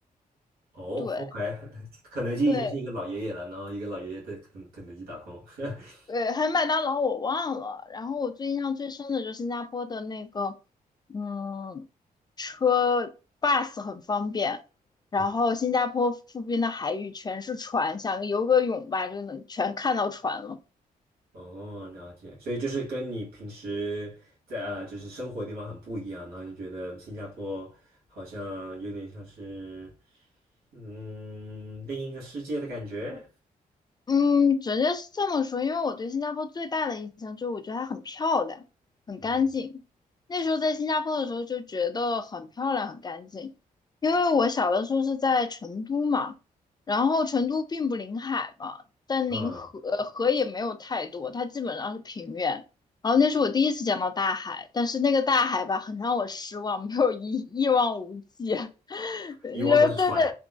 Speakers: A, on the right (about 85°); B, on the left (about 25°).
A: 哦，OK，
B: 对
A: <laughs> 肯德基已经是一个老爷爷了，
B: 对
A: 然后一个老爷爷在肯肯德基打工。<laughs>
B: 对，还有麦当劳我忘了。然后我最印象最深的就是新加坡的那个，嗯，车 bus 很方便，然后新加坡附近的海域全是船，
A: 嗯。
B: 想游个泳吧就能全看到船了。
A: 哦，了解，所以就是跟你平时在啊，就是生活的地方很不一样，然后就觉得新加坡好像有点像是嗯另一个世界的感觉，
B: 嗯，直接是这么说，因为我对新加坡最大的印象就是，我觉得它很漂亮，很干净。
A: 嗯
B: 那时候在新加坡的时候就觉得很漂亮，很干净。因为我小的时候是在成都嘛，然后成都并不临海嘛，但临河呃河也没有太多，
A: 嗯，
B: 它基本上是平原。然后那是我第一次见到大海，但是那个大海吧，很让我失望，没有一一望无际，<laughs> 然后对面
A: 以往都是船，